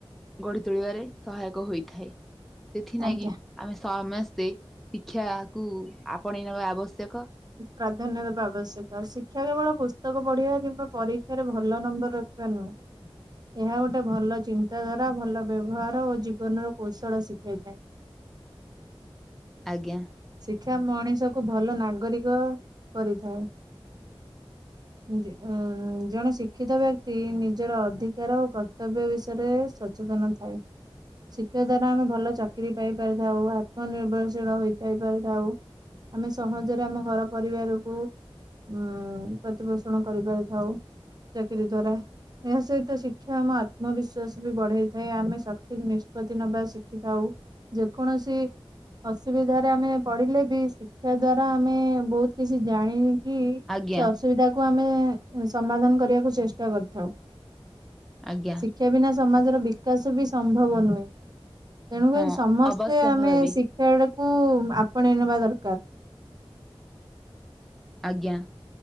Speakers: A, in the centre; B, on the right (about 45°).
A: ଗଢି ତୋଳିବାରେ ସହାୟକ ହୋଇଥାଏ। ସେଥିନାଗି
B: ଆଜ୍ଞା।
A: ଆମେ ସମସ୍ତେ ଶିକ୍ଷା କୁ ଆପଣେଇ ନେବା ଆବଶ୍ୟକ।
B: ପ୍ରାଧାନ୍ୟ ଦେବା ଆବଶ୍ୟକ ଶିକ୍ଷା କେବଳ ପୁସ୍ତକ ପଢିବା କିମ୍ବା ପରୀକ୍ଷାରେ ଭଲ ନମ୍ବର ରଖିବା ନା ହଁ। ଏହା ଗୋଟେ ଭଲ ଚିନ୍ତାଧାରା, ଭଲ ବ୍ୟବହାର ଓ ଜୀବନର କୌଶଳ ଶିଖାଇଥାଏ।
A: ଆଜ୍ଞା।
B: ଶିକ୍ଷା ମଣିଷ କୁ ଭଲ ନାଗରିକ କରିଥାଏ।
A: <inaudible>
B: ଉ ଜଣେ ଶିକ୍ଷିତ ବ୍ୟକ୍ତି ନିଜର ଅଧିକାର ଓ କର୍ତ୍ତବ୍ୟ ବିଷୟରେ ସ ସଚେତନ ଥାଏ। ଶିକ୍ଷା ଦ୍ଵାରା ଆମେ ଭଲ ଚାକିରି ପାଇପାରିଥାଉ ଓ ଆତ୍ମନିର୍ଭରଶୀଳ ହୋଇ ଯାଇପାରଥାଉ ଆମେ ସହଜରେ ଆମ ଘର ପରିବାରକୁ ଉଁ ପ୍ରତିପୋଷଣ କରିପାରିଥାଉ ଚାକିରି ଦ୍ଵାରା। ଏହା ସହିତ ଶିକ୍ଷା ଆମ ଆତ୍ମବିସ୍ଵାସ ବି ବଢେଇଥାଏ ଆମେ ସଠିକ ନିଷ୍ପତ୍ତି ନବା ଶିଖିଥାଉ। ଯେକୌଣସି ଅସୁବିଧା ରେ ଆମେ ପଢିଲେ ବି ଶିକ୍ଷା ଦ୍ଵାରା ଆମେ ବହୁତ କିଛି ଜାଣି କି
A: ଆଜ୍ଞା
B: ସେ ଅସୁବିଧା କୁ ଆମେ ସମାଧାନ କରିବାକୁ ଚେଷ୍ଟା କରିଥାଉ।
A: ଆଜ୍ଞା
B: ଶିକ୍ଷା ବିନା ସମାଜର ବିକାଶ ବି ସମ୍ଭବ ନୁହେଁ। ତେଣୁକରି
A: ହଁ
B: ସମସ୍ତେ
A: ଅବଶ୍ୟ
B: ଆମେ
A: ଭାବି
B: ଶିକ୍ଷା ଗୁଡା କୁ ଆପଣେଇ ନବା ଦରକାର।
A: ଆଜ୍ଞା।